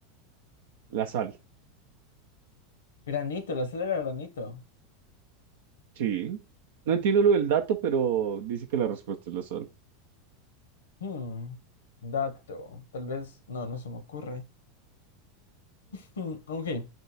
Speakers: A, on the right (about 70°); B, on the left (about 80°).
A: la sal.
B: Granito, la sal era granito.
A: Sí. No entiendo lo del dato, pero dice que la respuesta es la sal.
B: Hmm, dato, tal vez, no, no se me ocurre. Hmm, ok,